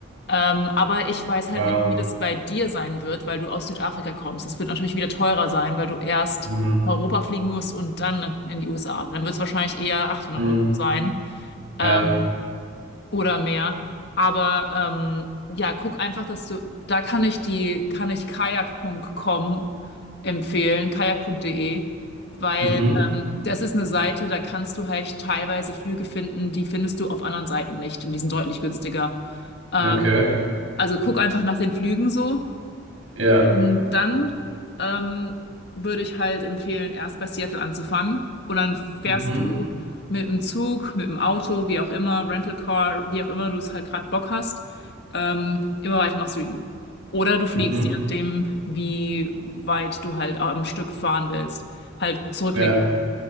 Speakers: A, on the left; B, on the right.
A: Ähm, aber ich weiß halt
B: Wow.
A: nicht, wie das bei dir sein wird, weil du aus Südafrika kommst. Das wird natürlich wieder teurer sein, weil du erst
B: Mhm.
A: nach Europa fliegen musst und dann in die USA. Dann wird es wahrscheinlich eher 800
B: Mhm.
A: Euro sein.
B: Ja.
A: Ähm, oder mehr. Aber ähm, ja, guck einfach, dass du, da kann ich die, kann ich kajak.com empfehlen, kajak.de, weil
B: Mhm.
A: ähm, das ist eine Seite, da kannst du halt teilweise Flüge finden, die findest du auf anderen Seiten nicht und die sind deutlich günstiger. Ähm,
B: Okay.
A: also guck einfach nach den Flügen so.
B: Ja.
A: Und dann ähm, würde ich halt empfehlen, erst bei Seattle anzufangen. Und dann fährst
B: Mhm.
A: du mit dem Zug, mit dem Auto, wie auch immer, Rental Car, wie auch immer du es halt gerade Bock hast, ähm, immer weiter nach Süden. Oder du fliegst,
B: Mhm.
A: je nachdem, wie weit du halt am Stück fahren willst, halt zurücklegen.
B: Ja.